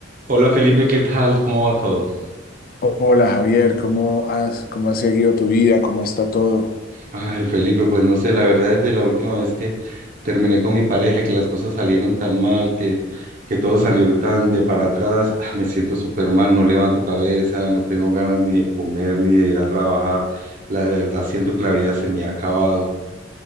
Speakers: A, on the right (about 45°); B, on the left (about 50°).
A: Hola Felipe, ¿qué tal? ¿Cómo va todo?
B: Hola Javier, ¿cómo has, cómo has seguido tu vida? ¿Cómo está todo?
A: Ay, Felipe, pues no sé, la verdad es de la última vez que terminé con mi pareja, que las cosas salieron tan mal, que, que todo salió tan de para atrás, ah, me siento súper mal, no levanto cabeza, no tengo ganas ni de comer, ni de ir a trabajar. La verdad, siento que la vida se me ha acabado,